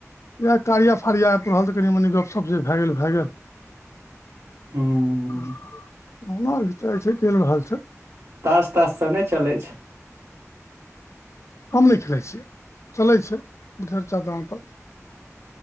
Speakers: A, on the left; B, on the right.
A: इहै कारिया फाड़िया ऐप रहल तऽ कनि मनी गपशप जे भै गेलभै गेल
B: हूँ
A: <unintelligible> ओहिना धिचाई छै चैल रहल छै।
B: तास तास सब नै चलै छै।
A: हम नै खेलाइ छि यै चलै छै <unintelligible> दलान पर।